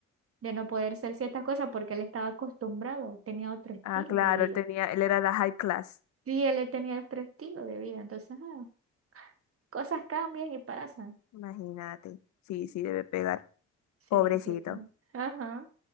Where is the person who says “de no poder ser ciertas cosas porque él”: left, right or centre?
Right